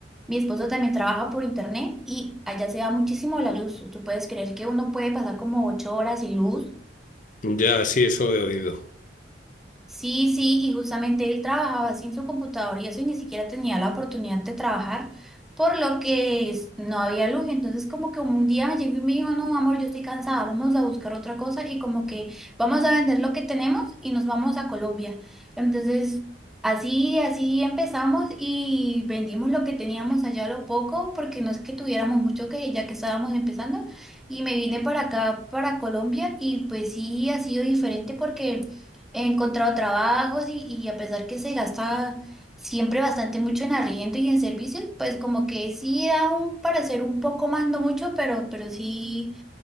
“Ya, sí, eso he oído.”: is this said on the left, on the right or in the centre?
Left